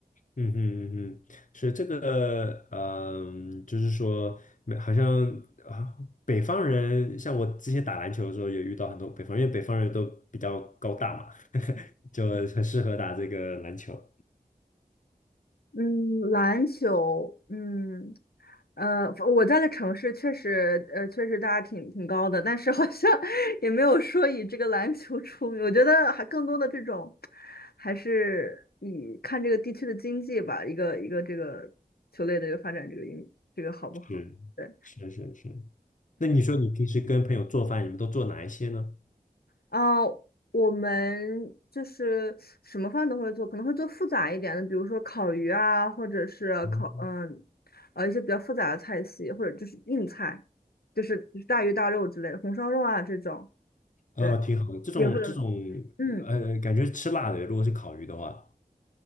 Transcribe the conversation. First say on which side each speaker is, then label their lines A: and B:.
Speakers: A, on the left (about 55°); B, on the left (about 85°).
A: 嗯哼嗯哼，是这个，嗯、就是说，没好像啊，北方人，像我之前打篮球的时候，也遇到很多北方人因为北方人都比较高大嘛，<laughs> 就很适合打这个篮球。
B: 嗯，篮球，嗯，呃，我在的城市确实，呃，确实大家挺挺高的，但是好像 <laughs> 也没有说以这个篮球出名。我觉得还更多的这种，还是以看这个地区的经济吧，一个一个这个球类的一个发展，这个运这个好不好？
A: 是是是是。
B: 对。
A: 那你说你平时跟朋友做饭，你们都做哪一些呢？
B: 啊，我们就是什么饭都会做，可能会做复杂一点的，比如说烤鱼啊，或者是烤嗯，
A: 哦
B: 呃一些比较复杂的菜系，或者就是硬菜，就是就是大鱼大肉之类的，红烧肉啊这种，
A: 呃，
B: 对，
A: 挺好的，这种这种，
B: 也会有，嗯，
A: 呃，感觉是吃辣的，如果是烤鱼的话，